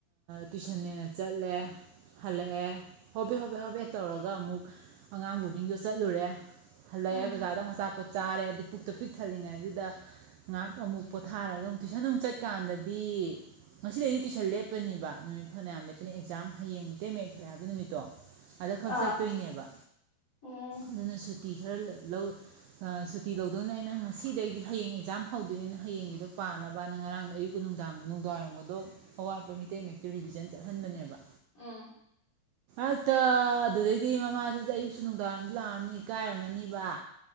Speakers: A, on the right; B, on the left.
A: ꯇꯨꯏꯁꯟꯁꯦ ꯆꯠꯂꯦ ꯍꯜꯂꯛꯑꯦ ꯍꯣꯕꯦ ꯍꯣꯕꯦ ꯍꯣꯕꯦ ꯇꯧꯔꯒ ꯑꯃꯨꯛ ꯑꯉꯥꯡ ꯕꯣꯔꯗꯤꯡꯗꯣ ꯆꯠꯂꯨꯔꯦ ꯍꯜꯂꯛ
B: ꯎꯝ
A: ꯑꯦ ꯕꯥꯖꯔꯗ <unintelligible> ꯆꯥꯔꯦ ꯑꯗꯩ ꯄꯤꯛ ꯊꯂꯤꯉꯥꯏꯗꯨꯗ ꯉꯥꯏꯍꯥꯛ ꯑꯃꯨꯛ ꯄꯣꯊꯥꯔꯒ ꯑꯃꯨꯛ ꯇꯨꯏꯁꯟ ꯑꯃꯨꯛ ꯆꯠꯀꯥꯟꯗꯗꯤ ꯉꯁꯤꯗꯒꯤꯩꯗꯤ ꯇꯨꯏꯁꯟ ꯂꯦꯞꯄ ꯂꯦꯠꯄꯅꯤꯕ ꯅꯨꯃꯤꯠ ꯐꯅꯌꯥꯝ ꯂꯦꯞꯄꯅꯤ ꯑꯦꯛꯖꯥꯝ ꯍꯌꯦꯡ ꯃꯤꯇꯩ ꯃꯌꯦꯛ ꯊꯣꯛꯑꯦ ꯍꯥꯏꯕ ꯅꯨꯃꯤꯠꯇꯣ ꯑꯗ ꯈꯛ
B: ꯑꯥ
A: ꯆꯠꯇꯣꯏꯅꯦꯕ
B: ꯑꯣ
A: ꯑꯗꯨꯅ ꯁꯨꯇꯤ ꯈꯔ ꯂꯧ ꯁꯨꯇꯤ ꯂꯧ ꯑꯗꯨꯅ ꯑꯩꯅ ꯉꯁꯤꯗꯩꯗꯤ ꯍꯌꯦꯡ ꯑꯦꯛꯖꯥꯝ ꯍꯧꯗꯣꯏꯅꯤꯅ ꯍꯌꯦꯡꯒꯤꯗꯣ ꯄꯥꯅꯕꯅ ꯉꯔꯥꯡꯗ ꯑꯌꯨꯛꯛꯇ ꯅꯨꯡꯗꯥꯡ ꯅꯨꯡꯗꯥꯡꯏꯔꯝꯝꯕꯗꯣ ꯑꯋꯥꯠꯄ ꯃꯤ ꯃꯇꯩ ꯃꯛꯇ ꯔꯤꯤꯖꯟ ꯆꯠꯍꯟꯕꯅꯦꯕ
B: ꯎꯝ
A: ꯍꯟꯗꯛꯇ ꯑꯗꯨꯗꯩꯗꯤ ꯃꯃꯥꯗꯨꯗꯤ ꯑꯌꯨꯛꯁꯨ ꯅꯨꯡꯗꯥꯡꯝꯗ ꯂꯥꯛꯑꯝꯅꯤ ꯀꯥꯏꯔꯝꯃꯅꯤꯕ